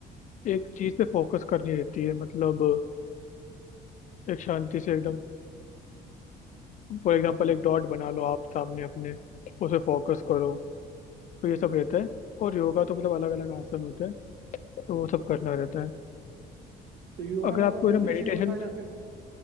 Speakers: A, on the left; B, on the right.
A: एक चीज़ पे फोकस करनी रहती है मतलब एक शांति से एकदम फॉर एग्जाम्पल एक डॉट बना लो आप सामने अपने उस पे फोकस करो तो
B: हम्म
A: ये सब रहता है और योगा तो मतलब अलग अलग आसन होते हैं तो वो सब करना रहता है
B: तो योगा
A: अगर
B: ज्यादा
A: आपको है
B: बेनिफिशियल
A: ना मेडिटेशन
B: होता
A: में
B: है या फिर